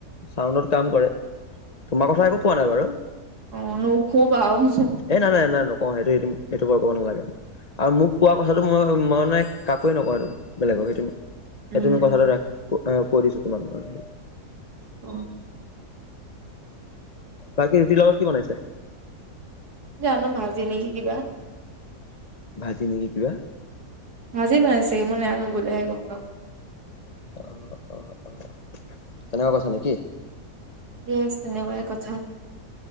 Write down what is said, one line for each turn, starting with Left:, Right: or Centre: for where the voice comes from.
Left: চাউণ্ডত কাম কৰে, তোমাৰ কথা একো কোৱা নাই বাৰু এ
Right: অ নোখোবা উম
Left: নাই নাই নাই নকওঁ সেইটো সেইটো নালাগে আৰু মোক কোৱা কথাটো মই মই মানে নাই কাকো নকওঁ এই বেলেগক সেইটো।
Right: উম
Left: এ তুমি কথাটো ৰাখ কৈ দিছো তোমাক ম <unintelligible>
Right: অ
Left: বাকী ৰুটি লগত কি বিনাইছ
Right: জানো ভাজি নেকি কিবা
Left: ভাজি নেকি কিবা
Right: ভাজি বনাইছে মই বনোৱা গলে হে গম পাম
Left: অ', অ', অ তেনেকুৱা কথা নেকি?
Right: ইয়েছ তেনেকুৱাই কথা।